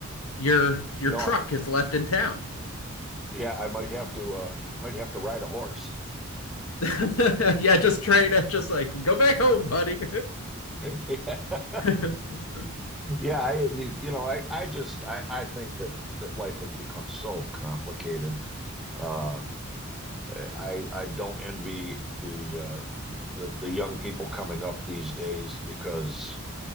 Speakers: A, on the left; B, in the centre.
A: Your your
B: No,
A: truck
B: I,
A: is left in town.
B: yeah, I might have to uh might have to ride a horse.
A: <laughs> Yeah, just try to just like go back home, buddy.
B: <laughs>
A: <laughs>
B: Yeah, I you know, I I just I I think that that life has become so complicated. Uh I I don't envy the uh the the young people coming up these days because